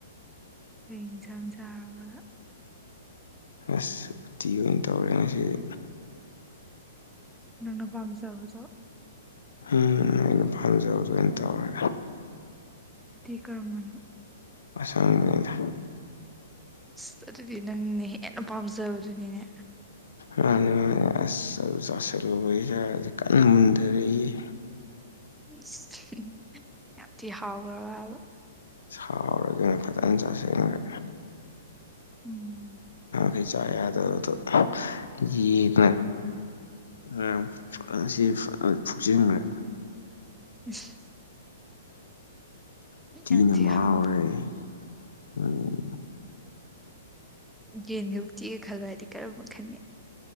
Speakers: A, in the centre; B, on the left.
A: ꯀꯩ ꯏꯟꯖꯥꯡ ꯆꯔꯕꯥ
B: ꯑꯁ ꯎꯇꯤ ꯑꯣꯏ ꯇꯧꯔꯦ ꯉꯁꯤꯗꯤ
A: ꯅꯪꯅ ꯄꯥꯝꯖꯕꯖꯣ
B: ꯎꯝ ꯑꯩꯅ ꯄꯥꯝꯖꯕꯗꯣ ꯑꯣꯏꯅ ꯇꯧꯔꯦ
A: ꯎꯇꯤ ꯀꯔꯝꯕꯅꯣ
B: ꯑꯁꯪꯕꯅꯤꯗ
A: ꯑꯁ ꯑꯗꯨꯗꯤ ꯅꯪꯅ ꯍꯦꯟꯅ ꯄꯥꯝꯖꯕꯗꯨꯅꯤꯅꯦ
B: ꯃꯥꯅꯦ ꯃꯥꯅꯦ ꯑꯁ ꯑꯗꯣ ꯆꯁꯤꯜꯂꯨꯕꯩ ꯏꯁꯥꯁꯦ ꯀꯟꯅ ꯃꯨꯟꯗꯔꯛꯏꯌꯦ
A: ꯏꯁ ꯌꯥꯝ ꯊꯤ ꯍꯥꯎ꯭ꯒꯔꯕꯕ
B: ꯍꯥꯎꯔ‌ꯦ ꯀꯩꯅꯣ ꯐꯖꯅ ꯆꯥꯁꯤꯟꯒ꯭ꯔꯦ
A: ꯎꯝ
B: ꯍꯩ ꯆꯥ ꯌꯥꯗꯕꯗꯣ <unintelligible> ꯐꯥꯅ ꯉꯁꯤꯗꯤ ꯐꯖꯅꯥ ꯐꯨꯆꯤꯟꯈ꯭ꯔꯦ
A: <unintelligible>
B: ꯎꯇꯤꯅ
A: ꯌꯥꯝ ꯊꯤ
B: ꯃꯍꯥꯎꯔꯦ
A: ꯍꯥꯎ
B: ꯎꯝ
A: ꯌꯦꯟꯒꯥ ꯎꯇꯤꯒꯥ ꯈꯜꯂꯣ ꯍꯥꯏꯗꯤ ꯀꯔꯝꯕ ꯈꯟꯅꯤ